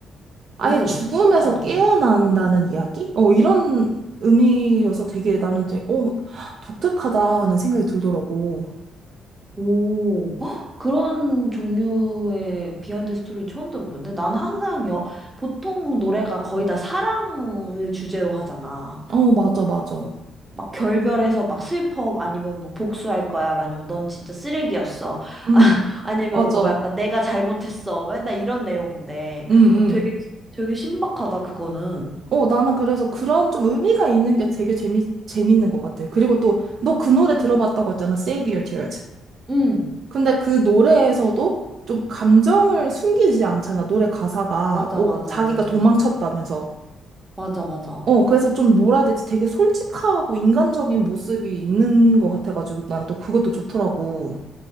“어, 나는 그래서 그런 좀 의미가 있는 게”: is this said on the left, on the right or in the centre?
Right